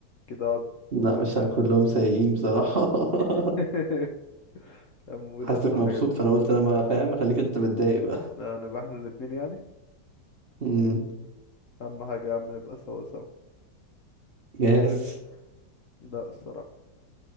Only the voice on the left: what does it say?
كده اقعد
<laughs> امول
بس الحاجات
دي
لا نبقى احنا الاتنين يعني
اهم حاجة يا عم نبقى سوا سوا
لا الصراحة